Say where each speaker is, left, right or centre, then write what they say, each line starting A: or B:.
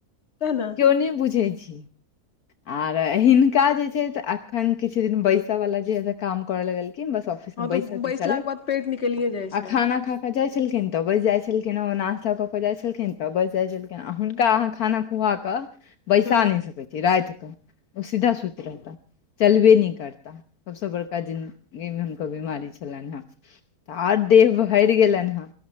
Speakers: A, on the left; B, on the left.
A: तेँ न
B: केओ नहि बुझै छी आर हिनका जे छै अखन किछ दिन बैसा बला जे काम कर लग गेलल कि
A: हँ तऽ
B: बैसल जे
A: बैसलाके
B: छलखिन
A: बाद पेट निकलिए जाइ
B: आ
A: छै
B: खाना खा खऽ जाइत छलखिन तऽ बैसि जाइत छलखिन हँ ओ नाथ लऽ कऽ खऽ जाइत छलखिन तऽ बैसि जाइत छलखिन आओ हुनका अहाँ खाना खुआऽ केऽ बैसा
A: हँ
B: नहि सकै छी रातिकऽ ओ सीधा सुति रहता चलबे नहि करताह सभसँ बड़का जिन्दगीमे हुनकर बिमारी छलनि हन तऽ आर देह भरि गेलनि हेँ